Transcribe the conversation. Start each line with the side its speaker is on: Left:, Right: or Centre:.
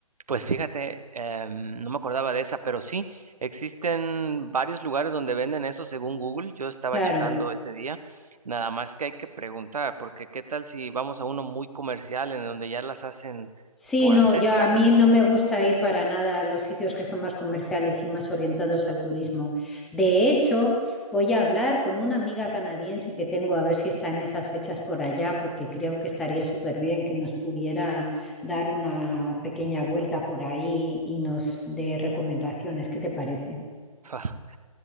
Right: Pues fíjate, em, no me acordaba de esa, pero sí, existen varios lugares donde venden eso según Google. Yo estaba
Centre: Claro.
Right: checando ese día, nada más que hay que preguntar, porque qué tal si vamos a uno muy comercial en donde ya las hacen
Centre: Sí,
Right: por
Centre: no,
Right: hacer,
Centre: yo a
Right: ¿sabes?
Centre: mí no me gusta ir para nada a los sitios que son más comerciales y más orientados al turismo. De hecho, voy a hablar con una amiga canadiense que tengo a ver si está en esas fechas por allá, porque creo que estaría súper bien que nos pudiera dar una pequeña vuelta por ahí y nos dé recomendaciones. ¿Qué te parece?
Right: <laughs>